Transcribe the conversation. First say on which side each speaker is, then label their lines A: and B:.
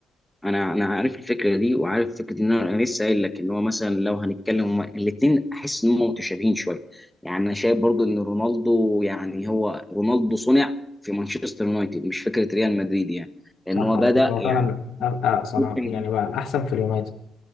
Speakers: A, in the centre; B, on the left.
A: انا انا عارف الفكره دي وعارف فكره ان انا أنا لسه قايل لك ان هو مثلا لو هنتكلم الاثنين احس ان هم متشابهين شويه يعني انا شايف برضو ان رونالدو يعني هو رونالدو صنع في مانشستر يونايتد مش فكره ريال مدريد يعني لان
B: صح
A: هو بدا
B: على فكره هو
A: يعني
B: فعلا ابقى صنع
A: ممكن
B: يعني بقى الاحسن في اليونايتد